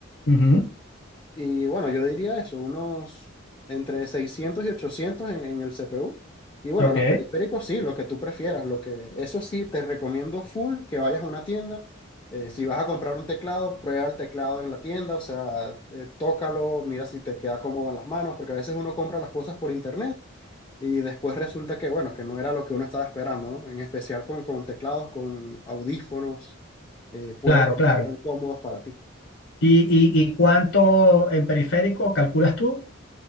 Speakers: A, on the left; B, on the left.
A: Ujú,
B: Y bueno, yo diría eso, unos entre 600 y 800 en, en el CPU. Y bueno,
A: Ok,
B: los periféricos sí, lo que tú prefieras, lo que eso sí te recomiendo full que vayas a una tienda. Eh, si vas a comprar un teclado, prueba el teclado en la tienda, o sea, eh, tócalo, mira si te queda cómodo en las manos, porque a veces uno compra las cosas por internet y después resulta que, bueno, que no era lo que uno estaba esperando, ¿no? En especial con, con teclados, con audífonos, eh, puede
A: claro,
B: que
A: claro.
B: no sean cómodos para ti.
A: ¿Y, y, y cuánto en periférico calculas tú?